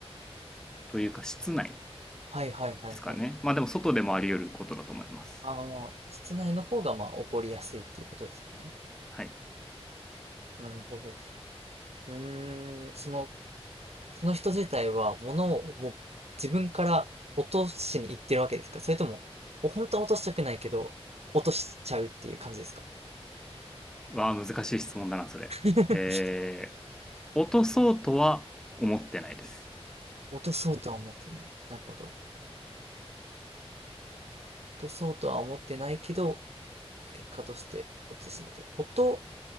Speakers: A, in the centre; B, on the right.
A: というか室内
B: はいはいはいはい。
A: ですかね。まあでも外でもあり得ることだと思います。
B: あの、室内の方が、まあ、起こりやすいっていうことですよね。
A: はい。
B: なるほどですね。うーん、その、その人自体は、物をもう自分から落としに行ってるわけですかそれとも、お本当は落としたくないけど、落としちゃうっていう感じですか
A: わあ、難しい質問だな、それ。
B: <laughs>
A: えー、落とそうとは思ってないです。
B: 落とそうとは思ってない。なるほど。落とそうとは思ってないけど、結果として落ちてしまって。音